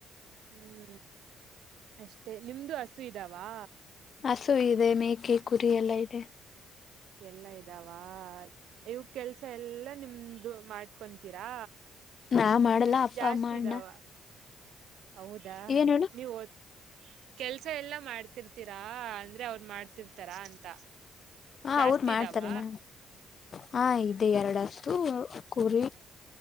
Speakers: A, on the right; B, on the left.
A: ಹ್ಮ್ ಅಷ್ಟೇ ನಿಮ್ದು ಅ ಹಸು ಇದವಾ
B: ಹಸು ಇದೆ ಮೇಕೆ ಕುರಿ ಎಲ್ಲ ಇದೆ.
A: ಎಲ್ಲ ಇದಾವ ಇವ ಕೆಲ್ಸ ಎಲ್ಲಾ ನಿಮ್ದು ಮಾಡ್ಕೊತೀರಾ
B: ನಾ ಮಾಡಲ್ಲ
A: ಎಷ್ಟ್
B: ಅಪ್ಪ
A: ಜಾಸ್ತಿ
B: ಅಮ್ಮ ಅಣ್ಣ
A: ಇದಾವ ಹೌದಾ
B: ಏನ್ ಹೇಳು
A: ನೀವು ಕೆಲ್ಸ ಎಲ್ಲಾ ಮಾಡ್ತಿರ್ತೀರಾ ಅಂದ್ರೆ ಅವ್ರು ಮಾಡ್ತಿರ್ತಾರಾ ಅಂತ.
B: ಹಾ
A: ಜಾಸ್ತಿ
B: ಅವ್ರು ಮಾಡ್ತಾರೆ
A: ಇದಾವ
B: ನ ಹಾ ಇದೆ ಎರಡುಷ್ಟು ತು ಆ ಕುರಿ